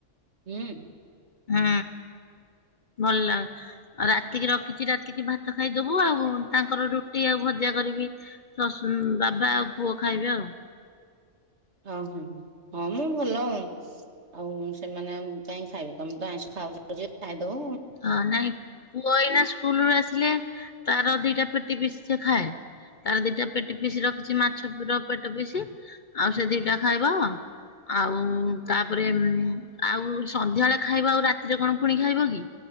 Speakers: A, on the right; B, on the left.
A: ହୁଁ।
B: ହଁ ଭଲ। ଆଉ ରାତିକି ରଖିଛି ରାତିକି ଭାତ ଖାଇଦବୁ ଆଉ ତାଙ୍କର ରୁଟି ଆଉ ଭଜା କରିବି। ଶଶୁ ବାବା ଆଉ ପୁଅ ଖାଇବେ ଆଉ।
A: ଓ ହୁଁ ହୁଁ ହଁ ମ ଭଲ। ଆଉ ସେମାନେ ଆଉ କାହିଁକି ଖାଇବେ ତମେ ତ ଆଇଁଷ ଖାଉଚ ଯିଏ ଖାଇଦବ।
B: ହଁ ନାଇଁ ପୁଅ ଏଇନା ସ୍କୁଲ ରୁ ଆସିଲେ ତାର ଦିଟା ପେଟି ପିସ ସେ ଖାଏ। ତାର ଦିଟା ପେଟି ପିସି ରଖିଛି ମାଛ ର ପେଟ ପିଶି ଆଉ ସେ ଦିଟା ଖାଇବ। ଆଉ ତାପରେ ଉଁ ଆଉ ସନ୍ଧ୍ୟାବେଳେ ଖାଇବ ଆଉ ରାତିରେ କଣ ପୁଣି ଖାଇବ କି।